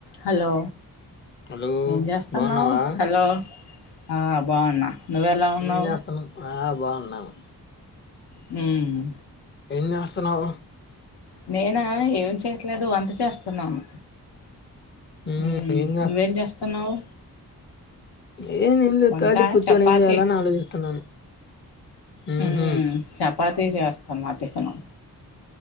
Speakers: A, on the left (about 75°); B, on the left (about 30°).
A: హలో
B: హలో
A: ఏం జేస్తున్నావ్
B: బాగున్నావా
A: హలో ఆ బాగున్నా నువ్వెలా ఉన్నావ్
B: ఏం చేస్తున్నావ్ ఆ బాగున్నాను
A: హు మ్మ్
B: ఎంజెస్తున్నావ్
A: నేనా ఏం చేయట్లేదు వంట చేస్తున్నాను
B: ఉమ్
A: మ్మ్
B: ఏం
A: నువ్వేం చేస్తున్నావు
B: ఏంది ఎం లెద్
A: వంట
B: ఖాళీ గ్ కూర్చొని
A: చపాతి
B: ఏం జేయ్యాలని ఆలోచిస్తున్నాను ఉహు
A: మ్మ్ చేపాతీ చేస్తాన్న టిఫిను